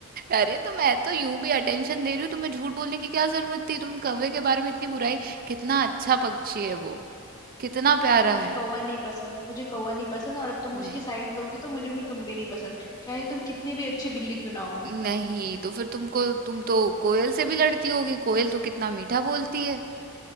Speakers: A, on the right; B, on the left.
A: अरे तो मैं तो यूं भी अटेंशन दे रही हूँ तुम्हें झूठ बोलने की क्या जरूरत थी तुम कौवे के बारे में इतनी बुराई कितना अच्छा पक्षी है वो कितना प्यारा
B: मुझे
A: है
B: कौवा नहीं पसंद मुझे कौवा नहीं पसंद और अब तुम उसके
A: नहीं
B: साइड लोगी तो मुझे फिर तुम भी नहीं पसंद चाहे तुम कितनी भी अच्छी बिल्ली क्यों ना हो
A: नहीं तो फिर तुमको तुम तो कोयल से भी लड़ती होगी कोयल तो कितना मीठा बोलती है